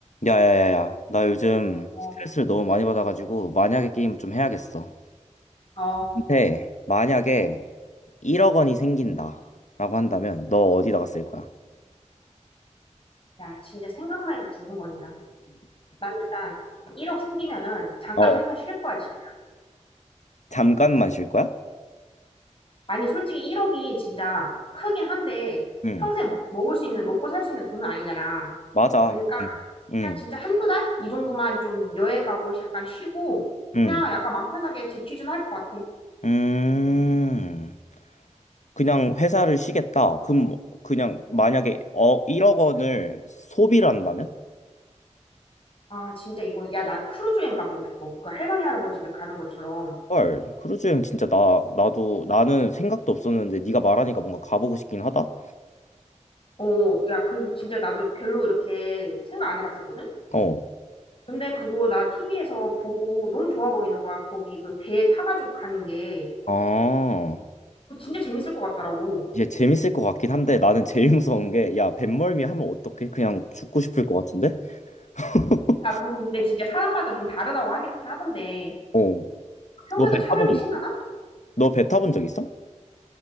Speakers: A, on the left; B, on the left.
A: 야야야야, 나 요즘
B: 어,
A: 스트레스를 너무 많이 받아가지고 만약에 게임을 좀 해야겠어.
B: 어,
A: 근데 만약에 1억 원이 생긴다라고 한다면 너 어디다가 쓸 거야?
B: 야, 진짜 생각만 해도 두근거린다. 나는 일단 1억 생기면은 잠깐
A: 어.
B: 회사 쉴 거야, 진짜.
A: 잠깐만 쉴 거야?
B: 아니, 솔직히 1억이 진짜 크긴 한데
A: 응,
B: 평생 먹을 수 있는, 먹고 살 수 있는 돈은 아니잖아.
A: 맞아.
B: 그러니까
A: 응, 응,
B: 그냥 진짜 한두 달? 이 정도만 좀 여행 가고 잠깐 쉬고
A: 응.
B: 그냥 약간 맘 편하게 재취준할 것 같아.
A: 음, 그냥 회사를 쉬겠다. 그럼 뭐 그냥 만약에 어 1억 원을 소비를 한다면?
B: 아, 진짜 이건, 야, 나 크루즈 여행 가보고 싶어. 그 할머니, 할아버지들 가는 것처럼.
A: 헐, 크루즈 여행 진짜 나 나도 나는 생각도 없었는데 네가 말하니까 뭔가 가보고 싶긴 하다.
B: 어, 야, 그리고 진짜 나도 별로 이렇게 생각 안 해봤었거든?
A: 어.
B: 근데 그거 나 TV에서 보고 너무 좋아 보이는 거야. 거기 그 배에 타가지고 가는 게.
A: 아,
B: 그거 진짜 재밌을 것 같더라고.
A: 이게 재밌을 것 같긴 한데 나는 제일 무서운 게, 야, 뱃멀미 하면 어떡해? 그냥 죽고 싶을 것 같은데? <laughs>
B: 야, 그거 근데 진짜 사람마다 좀 다르다고 하긴 하던데.
A: 어.
B: 평소에도
A: 너 배
B: 참음이
A: 타본 적
B: 심하나?
A: 있어? 너 배 타본 적 있어?